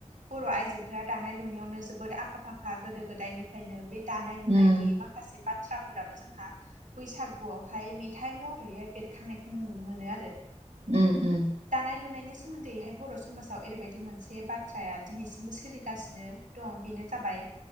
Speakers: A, on the right (about 85°); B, on the right (about 65°).
A: बर' आइजोफोरा दानाय लुनायावनो जोबोद आखा फाखा गोदो गोदायनि फायनो बे दानाय लुनायनि
B: उम
A: माखासे बाथ्राफोराबो जोंहा बैसागुआवहाय मेथाइ महरै बेरखांनायखौ नुनो मोनो आरो।
B: उम उम
A: दानाय लुनायनि सोमोन्दैहाय बर' समाजाव ओरैबायदि मोनसे बाथ्राया दिनैसिमबो सोलिगासिनो दं बेनो जाबाय